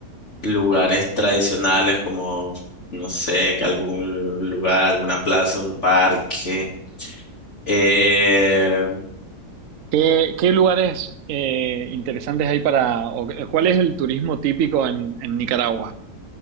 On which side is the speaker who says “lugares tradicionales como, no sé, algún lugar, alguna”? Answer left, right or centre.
Left